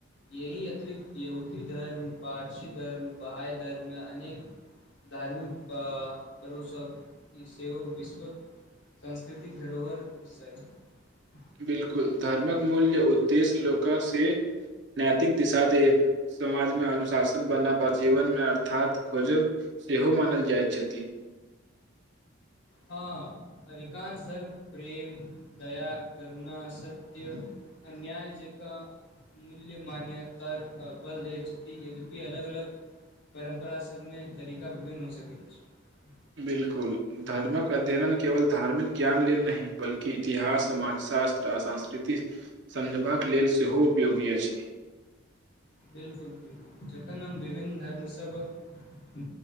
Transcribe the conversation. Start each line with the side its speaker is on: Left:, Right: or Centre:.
Left: यही अतिरिक्त यहुदी धर्म, पारसी धर्म, बहाई धर्म या अनेक धार्मिक पर्व सब सेहो विश्वक सांस्कृतिक धरोहरक विषय छथि।
Right: बिलकुल, धर्मक मूल उद्देश्य लोक से नैतिक दिशा देब, समाजमे अनुशासन बना वा जीवनमे अर्थात खोजब सेहो मानल जाइत छथि।
Left: हां। अधिकांश धर्म प्रेम, दया कर करुणा, सत्य, अन्याय जेका मूल्य मान्यता बल दै छथि। यद्यपि अलग अलग परम्परा सबमे तरीका विभिन्न भ सकैत अछि।
Right: बिलकुल, धर्मक अध्ययन केवल धार्मिक ज्ञान लेल नहि बल्कि इतिहास समाज शास्त्र आ संस्कृति समझबाक लेल सेहो उपयोगी अछि।
Left: बिलकुल बिलकुल, जखन हम विभिन्न धर्म सबक